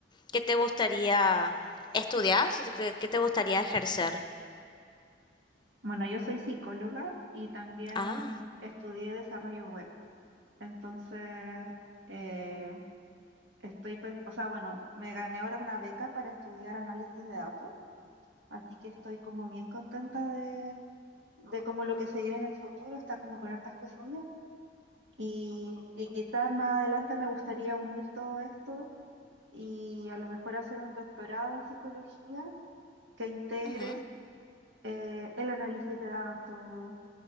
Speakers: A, on the left; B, on the right.
A: qué te gustaría estudiar? ¿Qué qué te gustaría ejercer?
B: Bueno, yo soy psicóloga y también
A: Ah,
B: estudié desarrollo web. Entonces, eh, estoy, pen- o sea, bueno, me gané ahora una beca para estudiar análisis de datos, así que estoy como bien contenta de, de como lo que se viene en el futuro, está como con hartas cosillas. Y, y quizás más adelante me gustaría unir todo esto y a lo mejor hacer un doctorado en psicología que integre
A: ujú.
B: eh, el análisis de datos